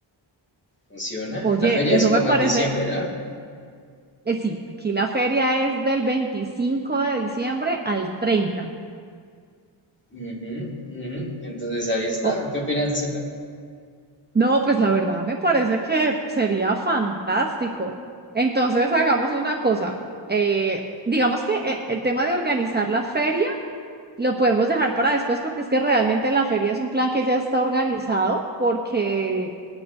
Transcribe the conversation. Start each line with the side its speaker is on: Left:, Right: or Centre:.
Left: ¿Funciona?
Right: Oye,
Left: La feria
Right: eso
Left: es como
Right: me parece,
Left: en diciembre, ¿no?
Right: eh, sí, aquí la feria es del 25 de diciembre al 30.
Left: Ujú, ujú. Entonces ahí está.
Right: O-
Left: ¿Qué opinas de ese plan?
Right: no, pues la verdad me parece que sería fantástico. Entonces hagamos una cosa, eh, digamos que eh, el tema de organizar la feria lo podemos dejar para después porque es que realmente la feria es un plan que ya está organizado porque